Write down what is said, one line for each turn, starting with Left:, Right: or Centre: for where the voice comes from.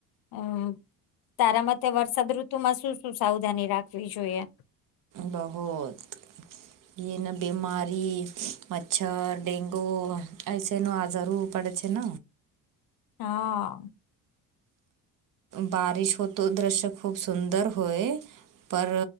Left: હમ તારા મતે વરસાદ ઋતુ, ટૂંક માં શું શું સાવધાની રાખવી જોઈએ?
Right: બહોત, જે નને બીમારી મચ્છર ડેન્ગુ એઐસે ન આઝારું, પડે છે ન,
Left: હા,
Right: બારિશ હો તો દ્રશ્ય ખૂબ સુંદર હોય. પર